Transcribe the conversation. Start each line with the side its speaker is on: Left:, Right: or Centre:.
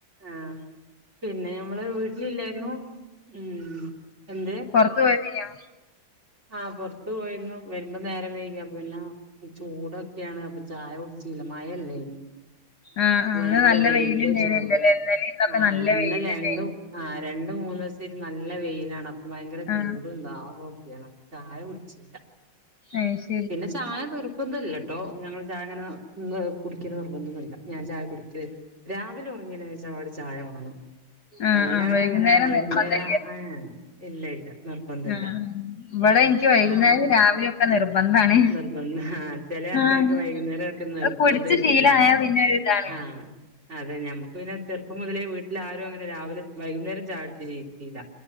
Right: ആഹ് പിന്നെ ഞമ്മള് വീട്ടിലില്ലായിരുന്നു ഉം എന്ത്?
Left: പൊറത്ത് പോയേതെയിന്നോ?
Right: ആഹ് പൊറത്ത് പോയിരുന്നു വരുമ്പൊ നേരം വെയ്കി അപ്പം പിന്നെ ഇ ചൂടൊക്കെയാണ് അപ്പൊ ചായ കുടിച്ചീല്ല മഴല്ലേന്ന്.
Left: ആ ആ
Right: ഭയങ്കര
Left: ഇന്ന് നല്ല
Right: വെയിലിന്റെ
Left: വെയിലുണ്ടായിരുന്നില്ലല്ലേ
Right: ചൂടും
Left: ഇന്നലേം ഇന്നൊക്കെ
Right: ആഹ്
Left: നല്ല
Right: ഇന്നലെണ്ടും
Left: വെയിലുണ്ടായിന്
Right: ആഹ് രണ്ടു മൂന്നീസതീന് നല്ല വെയിലാണ് അപ്പം ഭയങ്കര
Left: ആ
Right: ചൂടും ദാഹൊക്കെയാണ്. ചായ കുട്ച്ചീല്ല.
Left: നൈസ്
Right: പിന്നെ ചായ നിർബന്ധല്ല ട്ടോ ഞങ്ങള് ചായ അങ്ങനെ കുടിക്കല് നിർബന്ധൊന്നുല്ല ഞാൻ ചായ കുടി ക്ക് രാവിലെ ഒറങ്ങിയന് ശേഷം അവടെ ചായ വെണം.
Left: ആ
Right: വല്ലാണ്ടെങ്ങനെ
Left: ആ വൈകുന്നേരം
Right: വൈകുന്നേരം
Left: നിർബന്ധം
Right: ആഹ് ഇല്ല ഇല്ല. നിർബന്ധല്ല
Left: ആഹ് ഇവടെ എൻക്ക് വൈകുന്നേരും
Right: അവിടെ
Left: രാവിലൊം ക്കെ നിർബന്ധാണ്
Right: നിർബന്ധ ആ ചില ആൾക്കാർക്ക്
Left: ആഹ്
Right: വൈകുന്നേരം ഒക്കെ നിർബന്ധമായിരിക്കും
Left: അത് കുടിച്ച് ശീലായാപിന്നൊരു
Right: ചായ
Left: താണ്
Right: ആഹ് അതെ ഞമ്മക്ക് പിന്നെ ചെറുപ്പം മുതലേ വീട്ടിൽ ആരും അങ്ങനെ രാവിലെ വൈകുന്നേരം ചായ കുട്ച്ച് ശീലിച്ചീല്ല